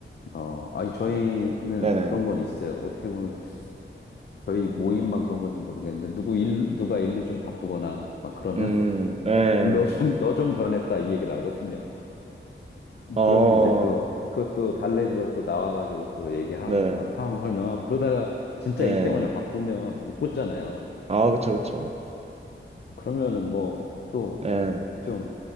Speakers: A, on the left; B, on the right.
A: 어, 아니, 저희는
B: 네. 네네.
A: 그런 건 있어요. 어떻게 보면 저희 모임만 그런 건지 모르겠는데 누구 일 누가 일로 좀 바쁘거나 막 그러면
B: 음, 네.
A: <laughs> 너 좀 너 좀 변했다 이 얘기 나오거든요.
B: 어,
A: 그럼 이제 또 그것도 달래주러 또 나와가지고 또 얘기하고
B: 네네.
A: 막 상황 설명하고 그러다가 진짜
B: 네.
A: 일 때문에 바쁘면 못 보잖아요.
B: 아, 그쵸, 그쵸.
A: 그러면은 뭐 또
B: 네.
A: 좀